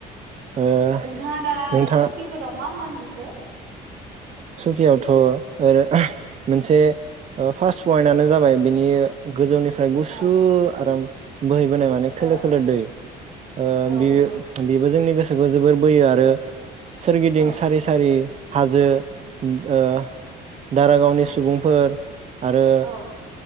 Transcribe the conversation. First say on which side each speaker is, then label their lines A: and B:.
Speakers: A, on the right (about 40°); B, on the right (about 85°).
A: ओ
B: नोंथाङा दा
A: नोंथाङा
B: सुकिफोराव मा मा नु हो
A: सुकियावथ' ओरो मोनसे ओ फार्स्ट पइन्टनो जाबाय बिनि गोजौनि फ्राय गुसु
B: औ
A: आराम बोहैबोनाय माने खोलो
B: औ
A: खोलो दै ओ
B: औ
A: बेयो
B: नंगौ
A: बेबो जोंनि गोस सोखौ जोबोर बोयो आरो सोरगिदिं
B: औ
A: सारि सारि हाजो उम गो दारागावनि सुबुंफोर आरो
B: औ